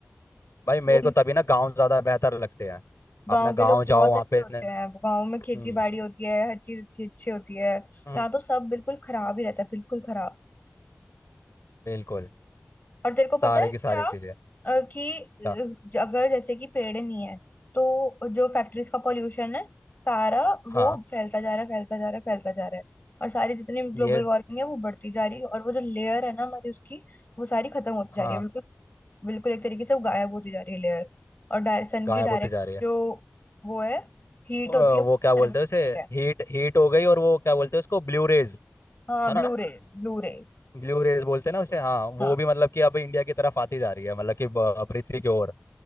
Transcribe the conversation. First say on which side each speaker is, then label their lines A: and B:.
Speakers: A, on the left; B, on the left.
A: भाई मेरे
B: वो
A: को तभी ना गांव ज्यादा बेहतर लगते हैं अपना
B: गांव के
A: गांव
B: लोग
A: जाओ
B: बहुत
A: वहाँ
B: अच्छे
A: पे
B: होते
A: इतने
B: हैं गांव
A: हम्म
B: में खेती बाड़ी होती है हर चीज अच्छी अच्छी होती है
A: हम्म
B: यहाँ तो सब बिल्कुल खराब ही रहता है बिल्कुल खराब
A: बिल्कुल
B: और तेरे को पता
A: सारे
B: है
A: की
B: क्या
A: सारी चीजें
B: अ, कि
A: ता-
B: अ, अगर जैसे कि पेड़ नहीं है तो जो फैक्ट्रीज का पॉल्यूशन है सारा
A: हाँ
B: वो फैलता जा रहा है फैलता जा रहा है फैलता जा रहा है और सारी जितनी भी ग्लोबल
A: ये
B: वार्मिंग है वो बढ़ती जा रही है और वो जो लेयर है ना हमारी उसकी वो सारी खत्म होती
A: हाँ
B: जा रही है बिल्कुल बिल्कुल एक तरीके से वो गायब होती जा रही है लेयर और डाय, सन
A: गायब
B: की डायरेक्ट
A: होते जा रही है
B: जो वो है हीट
A: अ,
B: होती है वो
A: वो क्या बोलते
B: सर पे पड़ती
A: हैं उसे
B: है
A: हीट हीट हो गई और वो क्या बोलते हैं उसको ब्लू रेज
B: हाँ
A: है
B: ब्लू
A: ना
B: रेज ब्लू रेज
A: ब्लू रेज बोलते हैं ना उसे हाँ वो
B: हाँ
A: भी मतलब कि अब इंडिया की तरफ आती जा रही है मतलब कि ब- पृथ्वी की ओर